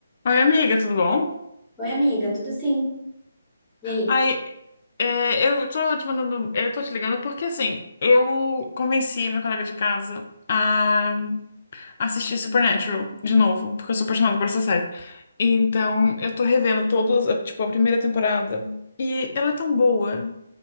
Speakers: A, on the left; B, in the centre.
A: Oi, amiga, tudo bom?
B: Oi, amiga, tudo sim? E aí?
A: Ai, é, eu tô te mandando, eu tô te ligando porque assim, eu convenci meu colega de casa a assistir Supernatural de novo, porque eu sou apaixonada por essa série. Então, eu tô revendo todas, tipo, a primeira temporada. E ela é tão boa.